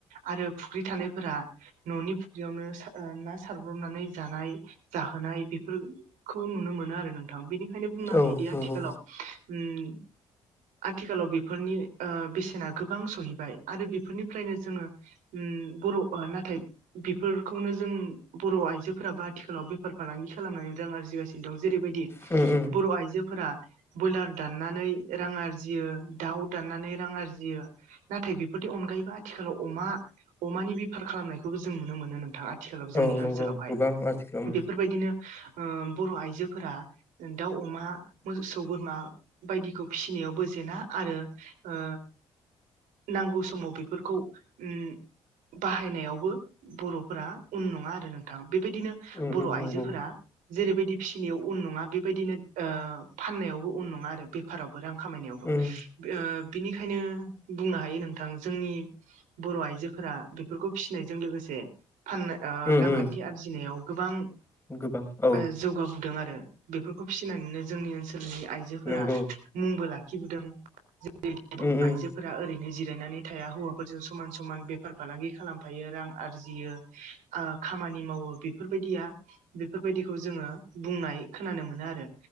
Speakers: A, on the right (about 70°); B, on the left (about 15°).
A: आरो फुख्रि थानायफोरा न'नि फुक्रियावनो सा ओ ना सारब्रबनानै जानाय जाहोनाय बेफोर खौ नुनो मोनो आरो नोंथां बेनिखायनो बुंनो
B: औ
A: हायोदि
B: नंगौ
A: आथिखालाव ओम आथिखालाव बेफोरनि ओ बेसेना गोबां सहैबाय आरो बेफोरनिफ्रायनो जोङो ओम बर' नाथाय बेफोरखौनो जों बर' आइजोफोराबो आथिखालाव बेफार फालांगि खालामनानै रां आरजिगासिनो दं जेरैबायदि
B: उम उम
A: बर' आइजोफोरा बयलार दाननानै रां आरजियो दाउ दाननानै रां आरजियो नाथाय बेफोरनि अनगायैबो आथिखालाव अमा अमानि बेफार खालामनायखौबो जों नुनो मोनो नोंथां आ थिखालाव जोंनि
B: औ नंगौ
A: ओनसोलावहाय
B: गोबां आथिखालाव
A: बेफोरबायदिनो ओ बर' आइजोफोरा दाउ अमा मोसौ बोरमा बायदिखौ फिसिनायावबो जेना आरो ओ नांगौ समाव बेफोरखौ उम बाहायनायावबो बर'फोरा उन नङा आरो नोंथां बेबायदिनो
B: उम
A: बर'
B: उम
A: आइजोफोरा
B: नंगौ
A: जेरैबायदि फिसिनायाव उन नङा बेबायदिनो ओ फाननायावबो उन नङा आरो बे फारावबो रां खामायनायावबो
B: उम
A: ओ बिनिखायनो बुंनो हायो नोंथां जोंनि बर' आइजोफोरा बेफोरखौ फिसिनायजों लोगोसे फाननो ओ
B: उम
A: रांखान्थि
B: उम
A: आरजिनायाव गोबां
B: गोबां औ
A: ओ जौगाबोदों आरो बेफोरखौ फिसिनानैनो जोंनि ओनसोलनि आइजोफोरा
B: नंगौ
A: मुंबो लाखिबोदों <unintelligible> बर'
B: उम उम
A: आइजोफोरा ओरैनो जिरायनानै थाया हौवा फोरजों समान समान बेफार फालांगि खालामफायो रां आरजियो ओ खामानि मावो बे फोरबायदिया बेफोरबायदिखौ जोङो बुंनाय खोनानो मोनो आरो